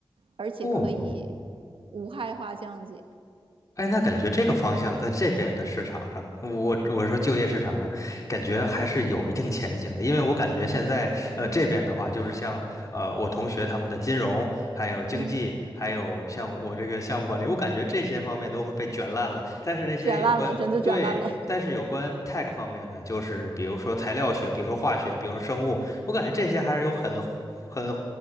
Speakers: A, on the right; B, on the left.
A: 而且可以
B: 哦，
A: 无害化降解。
B: 哎，那感觉这个方向在这边的市场上，我我说就业市场上，感觉还是有一定前景的。因为我感觉现在，
A: 嗯
B: 呃，这边的话，就是像呃我同学他们的金融，还有经济，
A: 嗯，
B: 还有像我这个项目管理，我感觉这些方面都会被卷烂了。但是那些有关，
A: 卷烂了，真的卷烂了。
B: 对，但是有关 tech 方面的，就是比如说材料学，比如说化学，比如说生物，我感觉这些还是有很很